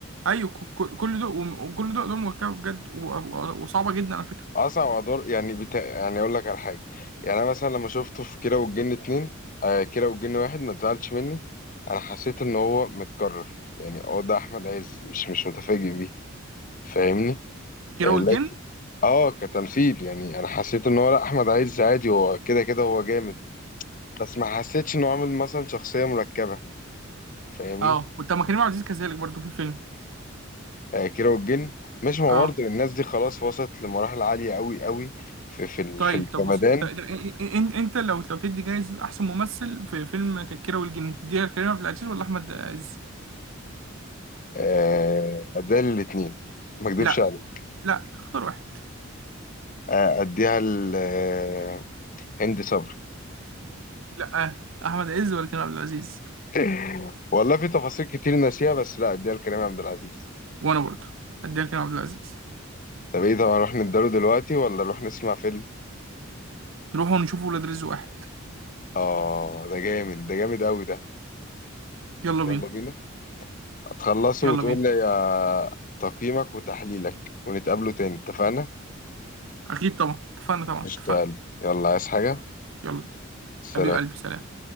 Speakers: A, on the right; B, on the left.
A: أيوه ك- ك- كل دول وم- وكل دول أدوار مركبة بجد و- و- وصعبة جدا على فكرة
B: اصعب ادوار يعني بتا... يعني اقول لك على حاجه يعني انا مثلا لما شفته في كيرة والجن اتنين آه كيرة والجن واحد ما تزعلش مني انا حسيت ان هو متكرر يعني اه ده احمد عز مش مش متفاجئ بيه فاهمني
A: كيرة
B: آه
A: والجن
B: لكن اه كتمثيل يعني انا حسيت ان هو لا احمد عز عادي هو كده كده هو جامد بس ما حسيتش انه عامل مثلا شخصيه مركبه فاهمني
A: أه وطب ما كريم عبد العزيز كذلك برضه في الفيلم
B: آه كيرة والجن مش ما
A: أه
B: برضه الناس دي خلاص وصلت لمراحل عاليه قوي قوي في في ال-
A: طيب
B: في الجمدان
A: طب بص ت- ت- إن- إن- انت لو لو تدي جايزة احسن ممثل في فيلم كيرة والجن تديها لكريم عبد العزيز ولا احمد عز
B: آه، اديها للاتنين ما اكدبش
A: لا
B: عليك
A: لا اختار واحد
B: آه، اديها لهند صبري
A: لا احمد عز ولا كريم عبد العزيز
B: <laughs> والله في تفاصيل كتير ناسيها بس لا اديها لكريم عبد العزيز
A: وانا برضه هديها لكريم عبد العزيز
B: طب ايه طب هنروح نداله دلوقتي ولا نروح نسمع فيلم
A: نروح ونشوف ولاد رزق واحد
B: اه ده جامد ده جامد قوي ده
A: يلا بينا
B: يلا بينا هتخلصه
A: يلا
B: وتقول
A: بينا
B: لي يا تقييمك وتحليلك ونتقابله تاني اتفقنا
A: اكيد طبعا اتفقنا طبعا
B: اشتغل
A: اتفقنا
B: يلا عايز حاجة
A: يلا
B: سلام
A: حبيب قلبي سلام